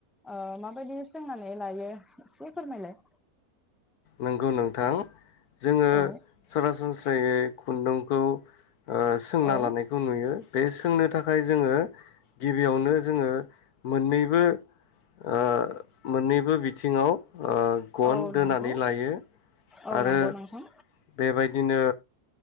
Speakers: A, in the centre; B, on the left (about 70°).
A: अ माबायदि सोंनानै लायो एसे फोरमायलाय।
B: नोंगौ नोंथां। जोङो
A: औ
B: सरासनस्रायै खुन्दुंखौ ओ सोंना
A: औ
B: लानायखौ नुयो बे सोंनो थाखाय जोङो गिबियावनो जोङो मोननैबो। अ मोननैबो बिथिङाव अ गन
A: औ
B: दोनानै
A: नंगौ
B: लायो
A: औ
B: आरो
A: नंगौ नोंथां
B: बेबायदिनो